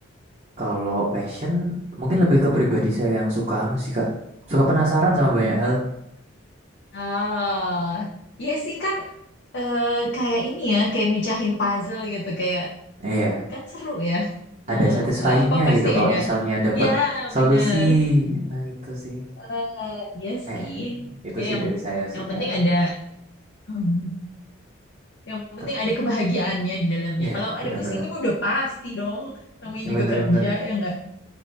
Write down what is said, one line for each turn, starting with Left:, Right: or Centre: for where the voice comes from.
Right: kalau passion mungkin lebih ke pribadi saya yang suka anu sih, Kak. Suka penasaran sama banyak
Left: Apa tuh?
Right: hal.
Left: Ah, ya sih kan eh, kayak ini ya, kayak mecahin puzzle gitu, kayak
Right: Iya,
Left: kan seru ya. Eh,
Right: ada satisfyingnya
Left: eh, apa pasti
Right: gitu kalau
Left: ada?
Right: misalnya dapat
Left: Ya
Right: solusi.
Left: bener.
Right: Nah, itu sih.
Left: Eh, ya sih.
Right: Eh, itu
Left: Ya
Right: sih
Left: yang
Right: dari saya
Left: yang
Right: sih, Kak.
Left: penting ada, hmm, yang penting
Right: Te-
Left: ada kebahagiaannya di dalamnya.
Right: Iya,
Left: Kalau ada
Right: benar-benar.
Left: pusingnya mah udah pasti dong. Namanya
Right: Iya,
Left: juga
Right: benar-benar.
Left: kerja ya enggak.